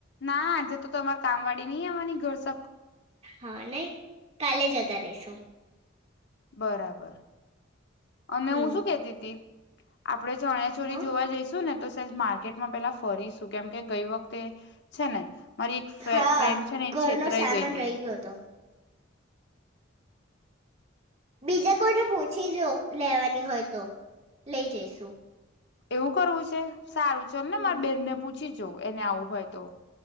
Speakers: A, on the left; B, on the right.
A: ના આજે તો તમારે કામ વાળી નહી આવવાની ઘર સ.
B: હા નહી. કાલે જતા રહીશું.
A: બરાબર. અને
B: હમ
A: હું શું કેતી તી. આપણે ચણાચોરી
B: હા
A: જોવા જઈશું. શું ને તો સે માર્કેટમાં પેલા ફરીશું કેમ કે ગઈ વખતે છે ને. મારી એક ફે
B: હા
A: ફ્રેન્ડ છે ને
B: ઘરનો
A: એ છેતરાઈ
B: સામાન
A: ગઈ હતી
B: રહી ગયો હતો. બીજા કોઈને પૂછી જો લેવાની હોય તો લઈ જઈશુ.
A: એવું કરવું છે. સારું છે ને
B: હમ
A: મારે બેન ને પૂછી. જો એને આવું હોય તો.